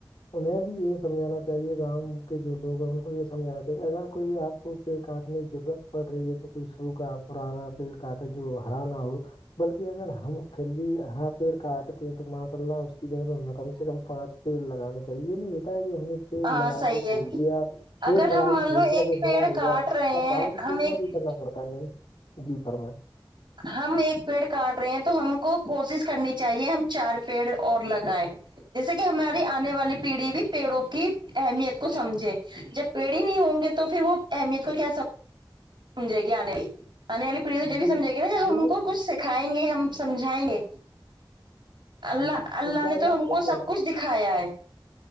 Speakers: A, on the left; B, on the right.
A: انہیں بھی یہ سمجھانا چاہیے گاؤں <unintelligible> کے جو لوگ ہیں ان کو یہ سمجھا چاہیے اگر کوئی آپ کو پ کاٹنے کی ضرورت <unintelligible> پڑ رہی ہے تو کوئی سوکھ پرانا پیڑ کاٹے جو ہرا نہ ہو بلکہ اگر ہم پھر بھی ہرا پیڑ کاٹتے ہیں تو ماشا اللہ اس کی جگہ پ ہمیں کم سے کم پانچ پیڑ لگانے ا یہ نہیں ہوتا ہے کہ ہم نے تیل
B: ہاں
A: لگا
B: صحیح
A: کے چھوڑ
B: ہے
A: دیا <unintelligible> پیڑ
B: اگر
A: لگا
B: ہم
A: کے
B: مان
A: چھوڑ
B: لو
A: دیا
B: ایک
A: وہ
B: پیڑ
A: مرال ہو
B: کاٹ
A: جائے
B: رہے
A: اس کا
B: ہیں
A: پال <unintelligible>
B: ہم ایک
A: کرنا پڑتا ہے جی فرمائ
B: ہم ایک پیڑ کاٹ رہے ہیں تو ہم کو کوشش کرنی چاہیے ہم چار پیڑ اور لگائے جیسے کہ ہماری آنے والی پیڑھی بھی پیڑوں کی اہمیت کو سمجھے جب پیڑی نہیں ہوں گے تو پھر وہ اہمیت کو کیا سب سجائے گی آنے وال آنے والی پڑھی جو
A: جی
B: بھی سمھائے گی نا ج ان
A: دیکھو
B: کو کچھ <unintelligible> کھائیں گے ہم سمجھائیں گے اللہ
A: جی
B: اللہ
A: ان شاء
B: نے تو ہم
A: آپ صحیح
B: کو
A: فرما
B: سب کچھ دکھایا ہے